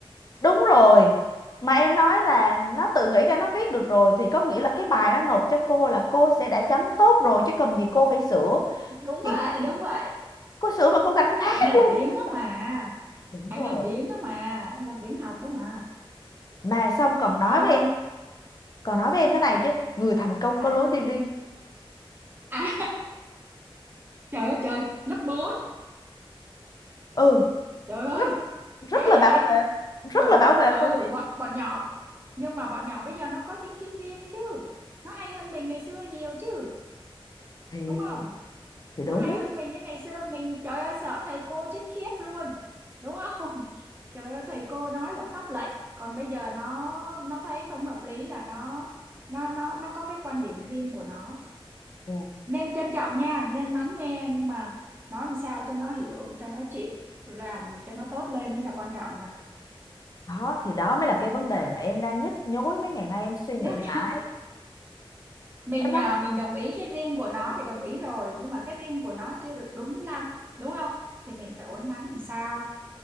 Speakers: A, on the left; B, on the right.
A: đúng rồi mà em nói là nó tự nghĩ ra nó viết được rồi thì có nghĩa là cái bài nó nộp cho cô là cô sẽ đã chấm tốt rồi chứ cần gì cô phải sửa
B: đúng
A: chị
B: vậy đúng vậy
A: cô sửa mà cô gạch
B: tức
A: nát
B: là anh làm
A: luôn
B: biếng
A: Tôi
B: á
A: tưởng,
B: mà
A: đúng
B: anh
A: rồi
B: làm biếng á mà anh làm biếng học á mà
A: mà xong còn nói
B: à,
A: với em còn nói với em thế này chứ người thành công
B: sao
A: có lối đi riêng
B: à trời ơi trời lớp bốn
A: ừ
B: trời ơi
A: rất rất
B: ghê
A: là bảo
B: vậy
A: vệ rất
B: Trời ơi,
A: là bảo vệ
B: ừ,
A: quan điểm
B: bọn, bọn nhỏ Nhưng mà bọn nhỏ bây giờ nó có chính kiến riêng chứ Nó hay hơn mình ngày xưa nhiều chứ
A: thì
B: Đúng không?
A: thì
B: Nó
A: đúng
B: hay hơn mình chứ ngày xưa Mình trời ơi sợ thầy cô chết khiếp luôn Đúng không? <laughs> Trời ơi thầy cô nói là pháp lệnh Còn bây giờ nó nó thấy không hợp lý là nó Nó nó nó có cái quan điểm riêng của nó
A: Dạ.
B: Nên trân trọng nha Nên lắng nghe Nhưng mà nói làm sao cho nó hiểu Cho nó chịu làm cho nó tốt lên mới là quan trọng nè
A: đó thì đó mới là cái vấn đề mà em đang nhức nhối mấy ngày nay em suy nghĩ
B: <laughs>
A: mãi
B: mình
A: em nói
B: à, mình đồng ý cái riêng của nó thì đồng ý rồi nhưng mà cái riêng của nó chưa được đúng lắm đúng không thì mình phải uốn nắn làm sao